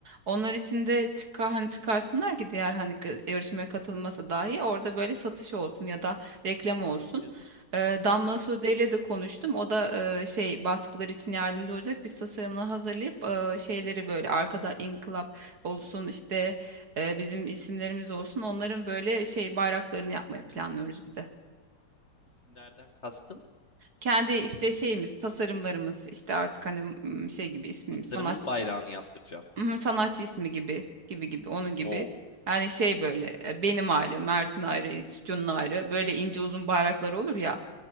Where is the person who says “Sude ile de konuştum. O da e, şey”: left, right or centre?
Right